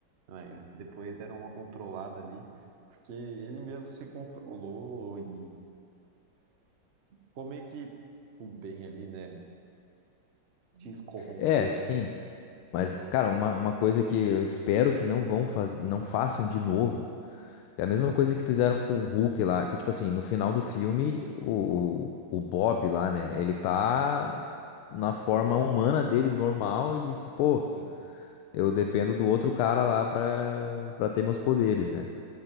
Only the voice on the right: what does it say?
Mas depois deram uma controlada ali, porque ele mesmo se controlou e como é que o bem ali, né, descorrompeu,
se controlou.
Sim.